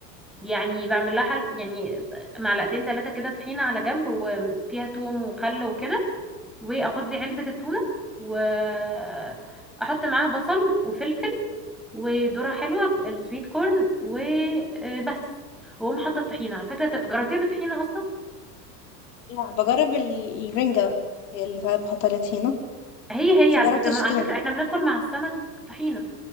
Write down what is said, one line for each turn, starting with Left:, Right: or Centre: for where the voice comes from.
Centre: يعني بعمل لها حل يعني معلقتين ثلاثه كده طحينه على جنب وفيها توم وخل وكده وافضي علبة التونة واحط معاها بصل وفلفل وذرة حلوة السويت كورن وبس واقوم حاطة الطحينة على فكرة بتبقى- جربتيها بالطحينة اصلا
Left: لا بجرب ال- الرنجه هي اللي ساعات بحط عليها طحينه
Centre: هي
Left: بس
Centre: هي على
Left: مجربتش
Centre: فكرة ما على
Left: تونه
Centre: فكرة احنا بناكل مع السمك طحينة